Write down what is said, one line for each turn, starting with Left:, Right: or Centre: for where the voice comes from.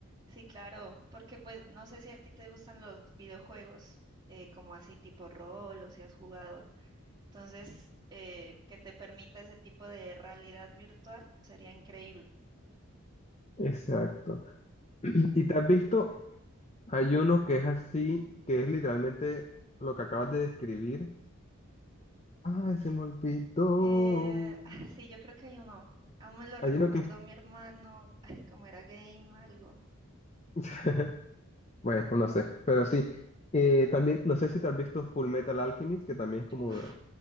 Right: sí, claro, porque pues no sé si a ti te gustan los videojuegos eh, como así tipo rol o si has jugado, entonces eh, que te permita ese tipo de realidad virtual sería increíble.
Left: Exacto. Y te has visto, hay uno que es así, que es literalmente lo que acabas de describir. Ay, se me olvidó.
Right: Eh, ah, sí, yo creo que hay uno, aún me lo
Left: Hay
Right: recomendó
Left: uno que...
Right: mi hermano, ay, como era game, algo.
Left: <laughs> Bueno, no sé, pero sí. Eh, también, no sé si te has visto Full Metal Alchemist, que también es como...
Right: Uf,
Left: de-